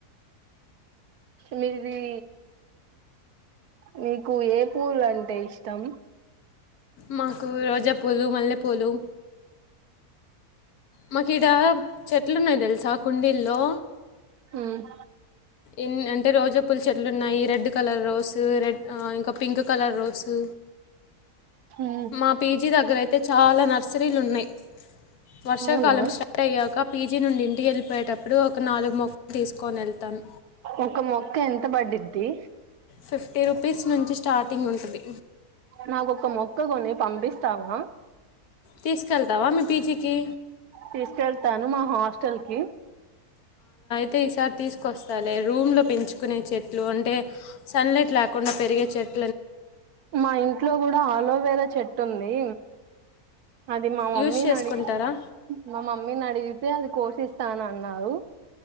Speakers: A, on the right (about 75°); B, on the left (about 70°).
A: మీది నీకు ఏ పూలు అంటే ఇష్టం
B: మాకు రోజాపూలు మల్లెపూలు మాకిడా చెట్లున్నాయి తెలుసా కుండీల్లో
A: ఉమ్
B: ఎన్ అంటే రోజా పూల చెట్లున్నాయి రెడ్ కలర్ రోసు రెడ్ ఇంకా పింక్ కలర్ రోసు
A: మ్మ్
B: మా పీజీ దగ్గరయితే చాలా నర్సరీలున్నయి వర్షాకాలం
A: అవునా
B: స్టార్ట్ అయ్యాక పీజీ నుండి ఇంటికేళ్ళిపోయేటప్పుడు ఒక నాలుగు మొక్కలు తీసుకొని వెళ్తాను
A: ఒక మొక్క ఎంత బడిద్ది
B: ఫిఫ్టీ రూపీస్ నుంచి స్టార్టింగ్ ఉంటది
A: నాకొ ఒక మొక్క కొన్ని పంపిస్తావా
B: తీసుకెళ్తావా మీ పీజీకి
A: తీసుకెళ్తాను మా హాస్టల్ కి
B: తే ఈసారి తీసుకొస్తాలే రూమ్ లో పెంచుకునే చెట్లు అంటే సన్లైట్ లేకుండా పెరిగే చెట్
A: మా ఇంట్లో కూడా అలోవేరా చెట్టుంది అది మా మమ్మీ
B: యూజ్ చేసుకుంటారా
A: నడిగి మా మమ్మీ నడిగి తే అది కోషిస్తానన్నారు